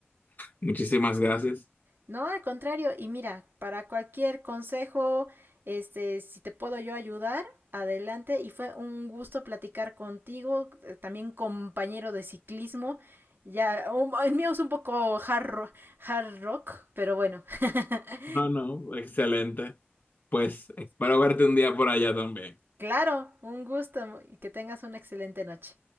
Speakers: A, on the left; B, on the right.
A: muchísimas gracias.
B: No, al contrario, y mira, para cualquier consejo, este, si te puedo yo ayudar, adelante. Y fue un gusto platicar contigo, eh, también compañero de ciclismo. Ya, un- el mío es un poco hard, ro- hard rock, pero bueno. <laughs>
A: No, no, excelente. Pues espero verte un día por allá también.
B: Claro, un gusto y que tengas una excelente noche.